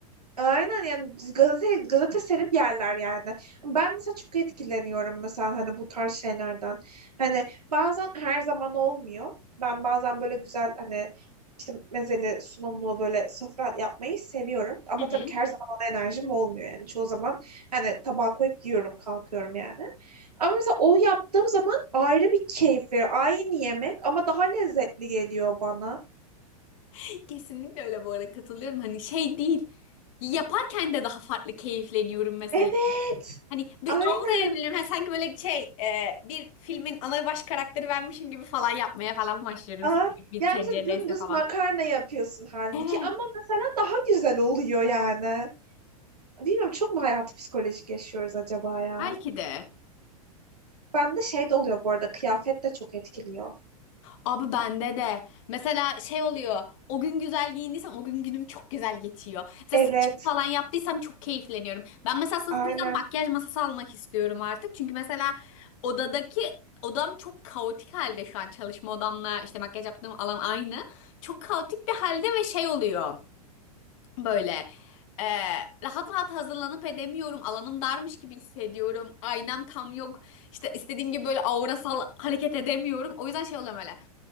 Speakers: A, on the right (about 90°); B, on the left (about 55°).
A: Aynen yani gazete gazete serip yerler yani. Ben mesela çok etkileniyorum mesela hani bu tarz şeylerden. Hani bazen her zaman olmuyor. Ben bazen böyle güzel hani işte mezeli sunumlu böyle sofra yapmayı seviyorum. Ama
B: Hı hı.
A: tabii ki her zaman ona enerjim olmuyor yani. Çoğu zaman hani tabağa koyup yiyorum kalkıyorum yani. Ama mesela o yaptığım zaman ayrı bir keyif veriyor. Aynı yemek ama daha lezzetli geliyor bana.
B: <laughs> Kesinlikle öyle bu arada katılıyorum. Hani şey değil. Yaparken de daha farklı keyifleniyorum mesela.
A: Evet.
B: Hani bir
A: Aynen.
B: aura evliliğim. Ha, sanki böyle şey e, bir filmin ana baş karakteri benmişim gibi falan yapmaya falan başlıyorum.
A: Aa,
B: Sevdiğim bir
A: yani
B: TC'deyse
A: mesela dümdüz
B: falan.
A: makarna yapıyorsun halbuki
B: Evet.
A: ama mesela daha güzel oluyor yani. Bilmiyorum çok mu hayatı psikolojik yaşıyoruz acaba ya?
B: Belki de.
A: Bende şey de oluyor bu arada kıyafet de çok etkiliyor.
B: Abi bende de. Mesela şey oluyor. O gün güzel giyindiysem o gün günüm çok güzel geçiyor. Mesela
A: Evet,
B: saçımı falan yaptıysam çok keyifleniyorum. Ben mesela sırf
A: aynen.
B: bu yüzden makyaj masası almak istiyorum artık. Çünkü mesela odadaki odam çok kaotik halde şu an. Çalışma odamla işte makyaj yaptığım alan aynı. Çok kaotik bir halde ve şey oluyor. Böyle e, rahat rahat hazırlanıp edemiyorum. Alanım darmış gibi hissediyorum. Aynam tam yok. İşte istediğim gibi böyle aurasal hareket edemiyorum. O yüzden şey oluyor böyle.